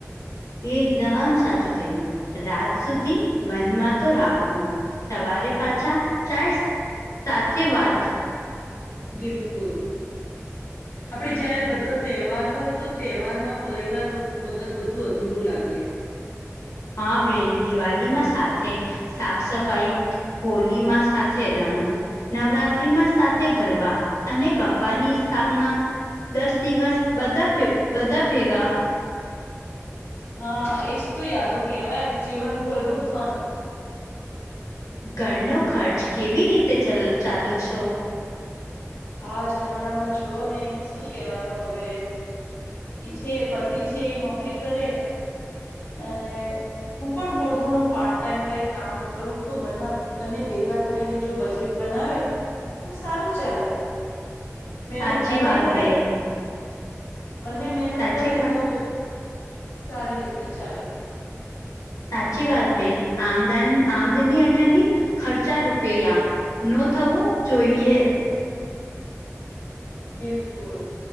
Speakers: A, on the left; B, on the left.
A: એકદમ સાચું થયું રાત સુધી મનમાં તો રાખવું સવારે પાછા ચાય સાથે વાત
B: બિલકુલ. આપડે જયારે બધા તહેવાર હોય તો તહેવારમાં પરિવાર વગર બધું અધૂરું લાગે.
A: હા બેન દિવાળીમાં સાથે સાફ સફાઈ હોલીમાં સાથે રંગ નવરાત્રીમાં સાથે ગરબા અને પપ્પાની સ્થાપના દસ દિવસ બધા પ બધા ભેગા.
B: હા એજ તો યાદો કહેવાય જીવનભરનું ધન
A: ઘરનો ખર્ચ કેવી રીતે ચલ ચાલુ છો?
B: આ જમાનામાં જોવ ને શું કેવાનું હવે એ છે પતિ છે એ નોકરી કરે અને હું પણ થોડું ઘણું પાર્ટ ટાઈમ કઈ કામ કરું તો બ બંને ભેગા થઈને જો બજેટ બનાવે તો સારું ચાલે. મહેનત
A: સાચી
B: બંને
A: વાત
B: કરે.
A: બેન
B: બંને મહેનત
A: સાચી
B: કરે
A: વાત
B: તો પછી સારી રીતે ચાલે.
A: સાચી વાત બેન આમદ આમદની અઠની ખર્ચા રૂપિયા નો થવું જોઈએ.
B: બિલકુલ.